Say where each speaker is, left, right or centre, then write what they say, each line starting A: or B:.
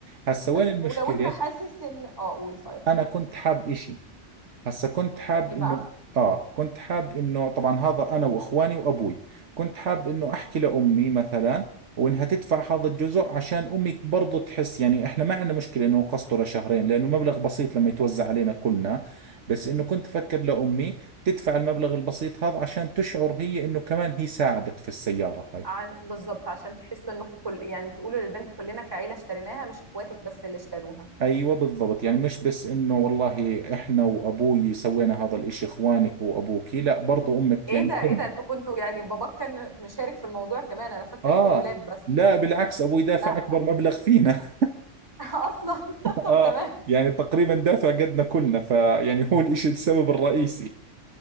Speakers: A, on the right; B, on the right.
A: هسا
B: بس
A: وين المشكلة
B: ولو انت حاسس ان اه قول طيب
A: انا كنت حاب اشي هسا كنت حاب
B: ايه
A: انه
B: بقى
A: اه كنت حاب انه طبعا هذا انا واخواني وابوي كنت حاب انه احكي لامي مثلا وانها تدفع هذا الجزء عشان امي برضه تحس يعني احنا ما عندنا مشكله انه نقسطه لشهرين لانه المبلغ بسيط لما يتوزع علينا كلنا بس انه كنت افكر لامي تدفع المبلغ البسيط هذا عشان تشعر هي انه كمان هي ساعدت في السياره هاي
B: ع- بالظبط عشان تحسوا انكم كل يعني تقولوا للبنت كلنا كعيله اشتريناها مش اخواتك بس اللي اشتروها
A: ايوه بالضبط يعني مش بس انه والله احنا وابوي سوينا هذا الاشي اخوانك وابوكي لا برضو امك
B: ايه
A: يعني
B: ده
A: كلنا
B: ايه ده انتوا كنتوا يعني باباك كان مشارك في الموضوع كمان انا فاكره
A: آه
B: انتوا الولاد بس
A: لا بالعكس أبوي دافع
B: لا
A: أكبر
B: لا
A: مبلغ فينا
B: <laughs> اصلا
A: <laughs>
B: <laughs> طب
A: آه
B: تمام
A: يعني تقريبا دافع قدنا كلنا فيعني هو الإشي السبب الرئيسي